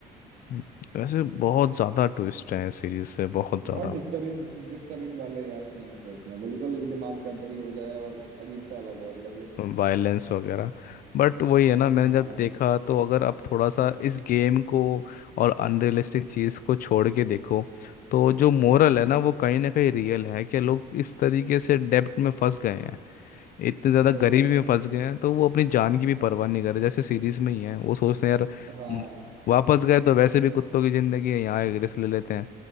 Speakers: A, on the left (about 60°); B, on the right (about 70°).
A: हम्म, वैसे बहुत ज्यादा ट्विस्ट है सीरीज से बहुत ज्यादा
B: बहुत डिस्टर्बिंग डिस्टर्बिंग वाले यार सीन थे इसमें बिल्कुल दिमाग का दही हो जाए और अजीब सा अलग और लगे
A: वायलेंस वगैरह बट वही है ना मैंने
B: हाँ
A: जब देखा तो अगर आप थोड़ा सा इस गेम को और अनरियलिस्टिक चीज़ को छोड़ के देखो तो जो मोरल
B: हाँ
A: है ना वो कहीं ना कहीं रियल है कि लोग इस तरीके से डेब्ट में फंस गए हैं इतने ज़्यादा
B: सही
A: गरीबी
B: बात है
A: में फंस गए हैं तो वो अपनी जान की भी परवाह नहीं कर रहे जैसे सीरीज में ही है वो सोचते हैं यार
B: हाँ
A: म, वापस गए तो वैसे भी कुत्तों की ज़िंदगी है यहाँ एक रिस्क ले लेते हैं